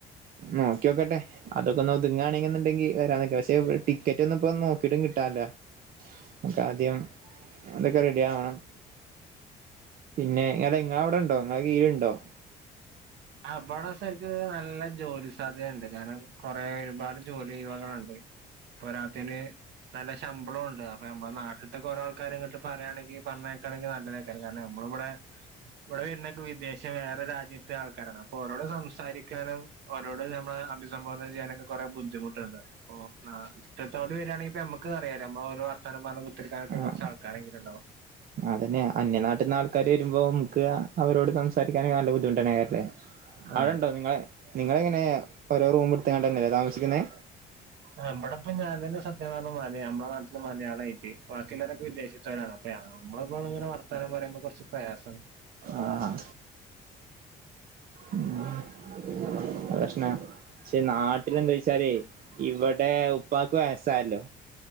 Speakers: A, on the right; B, on the right.
A: നോക്കി നോക്കട്ടെ അതൊക്കെ ഒന്ന് ഒതുങ്ങാൻ ണ്ടെങ്കിൽ വരാന്നൊക്കെ പക്ഷെ ടിക്കറ്റ് ഒന്നും പ്പോ ഒന്നും നോക്കീട്ടും കിട്ടാല്ല ആദ്യം അതിനൊക്കെ ആദ്യം അതൊക്കെ റെഡി ആവണം. പിന്നെ ഇങ്ങ ഇങ്ങളെ അവിടെണ്ടോ നിങ്ങളെ കീഴിൽ ഉണ്ടോ?
B: അബടെ സെരിക്ക് നല്ല ജോലി സ് സാധ്യത കൾ ഉണ്ട് കാരണം കുറേ ഒരുപാട് ജോലി ഒഴിവുകൾ ഉണ്ട് പോരാത്തതിന് നല്ല ശ മ്പളം ഉണ്ട് അപ്പൊ നമ്മ നാട്ടത്തൊക്കെ ഓരോ ആൾക്കാര് ഇങ്ങോട്ട് പറയാണെങ്കിൽ പറഞ്ഞേക്കാണെങ്കിൽ നല്ലതായി കാരം നമ്മളിവിടെ ഇവിടെ വരണേ ഒക്കെ വിദേശം വേറെ രാജ്യത്തെ ആൾ ക്കാര അപ്പൊ ഓരോട് സംസാരിക്കാനും ഓരോട് നമ്മളെ അഭിസംബോധന ചെയ്യാനൊക്കെ കൊറെേ ബുദ്ധിമുട്ടുണ്ട്. ഓ ആ ഇഷ്ടത്തോടെ വരികയാണെങ്കിൽ നമ്മുക്ക അറിയാം നമ്മ ഓലോ വർത്തതാനം പറഞ്ഞു കു ത്തിയിരിക്കാൻ ഒക്കെ
A: ആ
B: കുറച്ച് ആൾക്കാരെങ്കലും ണ്ടാവും.
A: അതന്നെ അന്യ നാട്ടിൽ നിന്ന് ആൾക്കാര് വരുമ്പോ നമുക്ക് അവരോട് സംസാരിക്കാനൊക്കെ നല്ല ബുദ്ധിമുട്ടേക്കാരം ലെ.
B: ആഹ്
A: അടെണ്ടോ നിങ്ങളെ നിങ്ങള എങ്ങനെ ഓരോ റൂം എടുത് കണ്ടല്ലേ താമസിക്കുന്നത്
B: ആഹ് ബടെ ഇപ്പ ഞാൻ തന്നെ സത്യ പറഞ്ഞാൽ മലയാളി നമ്മളെ നാട്ടില് മലയാള തായിട്ട് ബാക്കി ഉള്ളോർ ഒക്കെ വിദേശത്തവരാണ് അപ്പൊ നമ്മൾ ഇങ്ങനെ വർത്താനം പറയ്പോ കുറച്ച് പ്രയാസമാണ്.
A: ആഹ് ഉം അത്‌ പ്രശ്ന പക്ഷേ നാട്ടില എന്തായ്ച്ച ച്ചാൽ ഇവിടെ ഉപ്പാക്ക് വയസായല്ലോ.